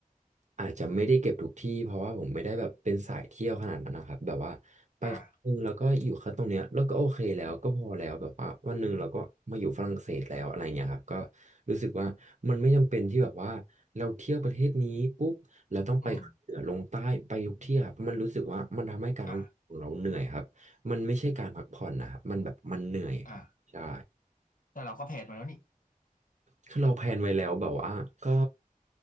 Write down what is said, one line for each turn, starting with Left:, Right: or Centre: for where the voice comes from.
Right: อาจจะไม่ได้เก็บทุกที่เพราะว่าผมไม่ได้แบบเป็นสายเที่ยวขนาดนั้นนะครับแบบว่าไปครั้งหนึงแล้วก็อยู่แค่ตรงเนี้ยแล้วก็โอเคแล้วก็พอแล้วแบบว่าวันหนึ่งเราก็มาอยู่ฝรั่งเศสแล้วอะไรเงี้ยครับก็
Left: อ่า
Right: รู้สึกว่ามันไม่จำเป็นที่แบบว่าเราเที่ยวประเทศนี้ปุ๊บเราต้องไปเหนือลงใต้ไปทุกที่ครับมันรู้สึกว่ามันทำให้การท่องเที่ยวของเราเหนื่อยครับมันไม่ใช่การพักผ่อนนะครับมันแบบมันเหนื่อยครับใช่
Left: อืมอ่าอ่าแต่เราก็แพลนมาแล้วนี่
Right: คือเราแพลนไว้แล้วแบบว่าก็